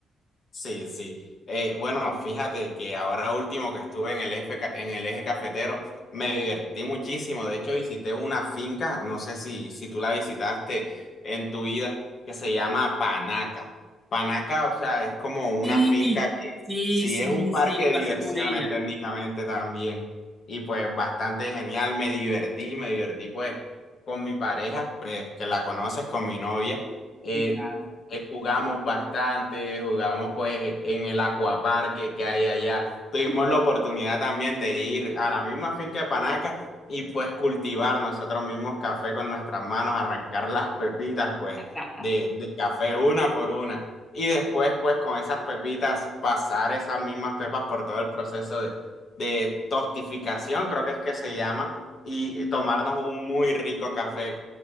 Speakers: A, on the left; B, in the centre.
A: Sí, sí. Eh, bueno, fíjate que ahora último que estuve en el eje, ca- en el eje cafetero, me divertí muchísimo. De hecho, visité una finca, no sé si, si tú la visitaste en tu vida, que se llama Panaca. Panaca, o sea, es como una
B: Sí,
A: finca que
B: sí,
A: sí
B: sí,
A: es un parque
B: sí,
A: de
B: pasé
A: diversiones
B: por ella.
A: técnicamente también. Y pues bastante genial, me divertí, me divertí pues con mi pareja, pues que la conoces, con mi novia. Eh,
B: Sí, claro.
A: eh, jugamos bastante, jugamos pues en el acuaparque que hay allá. Tuvimos la oportunidad también de ir a la misma finca de Panaca y pues cultivar nosotros mismos café con nuestras manos, arrancar las pepitas pues
B: <laughs>
A: de, de café una por una. Y después pues con esas pepitas pasar esas mismas pepas por todo el proceso de, de tostificación, creo que es que se llama, y tomarnos un muy rico café